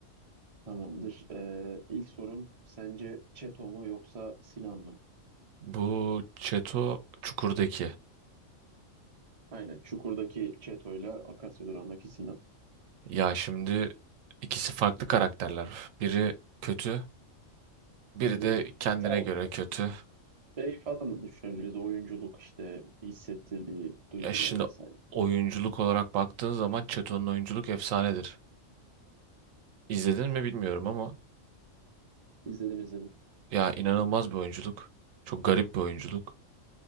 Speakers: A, on the right (about 30°); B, on the right (about 85°).
A: Tamamdır. Ee, ilk sorum sence Çeto mu yoksa Sinan mı?
B: Bu Çeto Çukur'daki.
A: Aynen. Çukur'daki Çeto'yla Akasya Durağı'ndaki Sinan.
B: Ya şimdi ikisi farklı karakterler. Biri kötü. Biri
A: Hı hı.
B: de kendine
A: Ya o-
B: göre kötü.
A: Şey falan da düşünebiliriz. Oyunculuk işte hissettirdiği duygular
B: Ya şimdi
A: vesaire.
B: oyunculuk olarak baktığın zaman Çeto'nun oyunculuk efsanedir. İzledin mi bilmiyorum ama.
A: İzledim izledim.
B: Ya inanılmaz bir oyunculuk. Çok garip bir oyunculuk.